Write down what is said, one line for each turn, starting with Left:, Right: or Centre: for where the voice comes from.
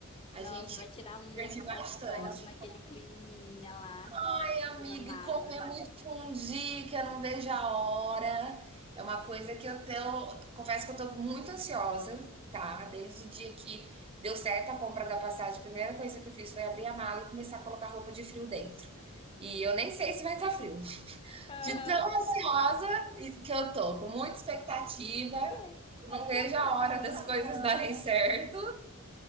Left: Nossa,
Right: A gente se
Left: vai tirar muita
Right: divertiu bastante.
Left: foto naquele climinha lá
Right: Ai,
Left: de Gramado.
Right: amiga, e comer muito fundi, que eu não vejo a hora. É uma coisa que eu tenho, confesso que eu tô muito ansiosa, tá? Desde o dia que deu certo a compra da passagem, a primeira coisa que eu fiz foi abrir a mala e começar a colocar roupa de frio dentro. E eu nem sei se vai estar frio.
Left: Aham.
Right: De tão ansiosa que eu tô, com muita expectativa,
Left: E Que, é-
Right: não
Left: que
Right: vejo
Left: época
Right: a
Left: do
Right: hora
Left: ano?
Right: das coisas darem certo.